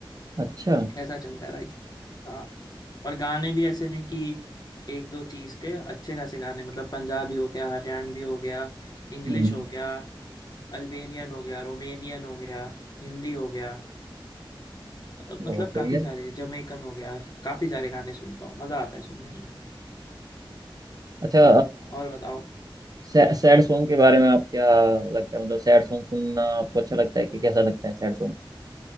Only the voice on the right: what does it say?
अच्छा
हम्म,
बहुत बढ़िया
अच्छा
सै, सैड सॉन्ग के बारे में आप क्या लगता है मतलब सैड सॉन्ग सुनना आपको अच्छा लगता है कि कैसा लगता है सैड सॉन्ग